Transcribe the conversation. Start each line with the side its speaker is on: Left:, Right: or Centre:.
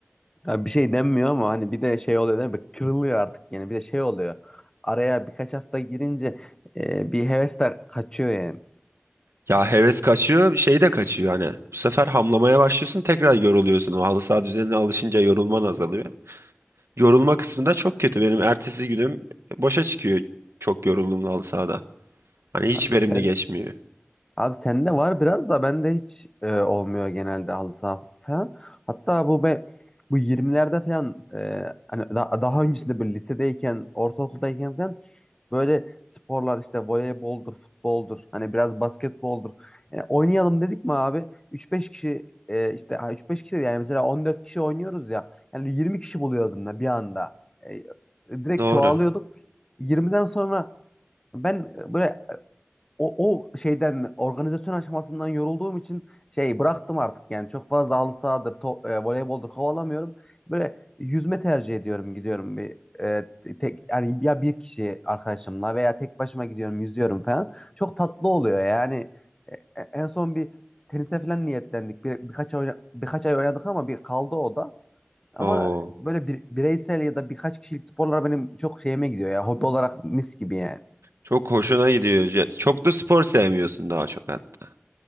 Left: ya bir şey denmiyor ama hani bir de şey oluyor değil mi? Kırılıyor artık yani bir de şey oluyor. Araya birkaç hafta girince e, bir hevesler kaçıyor yani.
Right: Ya heves kaçıyor, şey de kaçıyor hani. Bu sefer hamlamaya başlıyorsun, tekrar yoruluyorsun. O halı saha düzenine alışınca yorulman azalıyor. Yorulma kısmında çok kötü. Benim ertesi günüm boşa çıkıyor çok yorulduğumda halı sahada. Hani hiç
Left: Abi
Right: verimli
Left: ben
Right: geçmiyor.
Left: Abi sende var biraz da bende hiç e, olmuyor genelde halı saha falan. Hatta bu be bu 20'lerde falan e, hani da- daha öncesinde böyle lisedeyken, ortaokuldayken falan böyle sporlar işte voleyboldur, futboldur, hani biraz basketboldur. Yani oynayalım dedik mi abi? üç beş kişi e, işte ha, 3-5 kişi değil yani mesela 14 kişi oynuyoruz ya. Yani 20 kişi buluyordum da bir anda. E, direkt
Right: Doğru.
Left: çoğalıyorduk. 20'den sonra ben e, böyle o, o şeyden organizasyon aşamasından yorulduğum için şey bıraktım artık yani çok fazla halı sahadır, to, e, voleyboldur kovalamıyorum. Böyle yüzme tercih ediyorum gidiyorum bir e, tek yani ya bir kişi arkadaşımla veya tek başıma gidiyorum yüzüyorum falan. Çok tatlı oluyor yani E, e, en son bir tenise falan niyetlendik. Bir, birkaç ay, oyna- birkaç ay oynadık ama bir kaldı o da. Ama
Right: Oo,
Left: böyle bir, bireysel ya da birkaç kişilik sporlar benim çok şeyime gidiyor ya hobi olarak mis gibi yani.
Right: çok hoşuna gidiyor. Ya, Çok da spor sevmiyorsun daha çok hatta